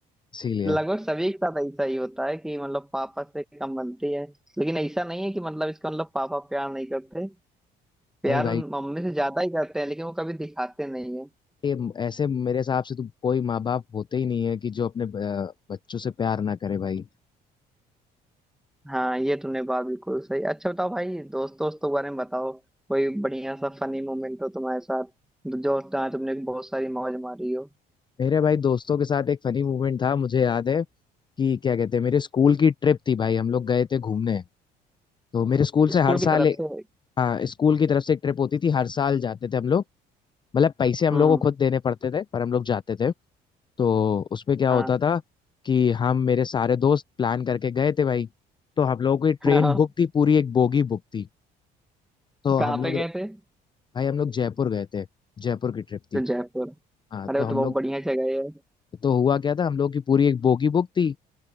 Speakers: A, on the left; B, in the centre.
A: इसीलिए
B: लगभग सभी के साथ ऐसा ही होता है कि मतलब पापा से कम बनती है लेकिन ऐसा नहीं है कि मतलब इसका मतलब पापा प्यार नहीं करते प्यार
A: नहीं भाई
B: उन मम्मी से ज्यादा ही करते हैं लेकिन वो कभी दिखाते नहीं है
A: ये ऐसे मेरे हिसाब से तो कोई माँ बाप होते ही नहीं है कि जो अपने अ, बच्चों से प्यार ना करे भाई
B: हाँ ये तुमने बात बिल्कुल सही अच्छा बताओ भाई दोस्त दोस्तों के बारे में बताओ कोई बढ़िया सा फनी मोमेंट हो तुम्हारे साथ जो जहाँ तुमने बहुत सारी मौज मारी हो
A: मेरे भाई दोस्तों के साथ एक फनी मूवमेंट था मुझे याद है कि क्या कहते हैं मेरे स्कूल की ट्रिप थी भाई हम लोग गए थे घूमने तो मेरे स्कूल से
B: स्कूल
A: हर साल
B: की तरफ
A: ए-
B: से
A: हाँ स्कूल की तरफ से एक ट्रिप होती थी हर साल जाते थे हम लोग मतलब पैसे हम
B: हम्म
A: लोग को खुद देने पड़ते थे पर हम लोग जाते थे तो उसमें क्या
B: हाँ
A: होता था कि हम मेरे सारे दोस्त प्लान करके गए थे भाई तो हम लोगों की ट्रेन
B: हाँ
A: बुक थी पूरी एक बोगी बुक थी तो हम
B: कहाँ
A: लोग
B: पे गए थे
A: भाई हम लोग जयपुर गए थे जयपुर की ट्रिप थी
B: तो जयपुर
A: हाँ
B: अरे
A: तो
B: वो
A: हम
B: तो बहुत
A: लोग
B: बढ़िया जगह है
A: तो हुआ क्या था हम लोग की पूरी एक बोगी बुक थी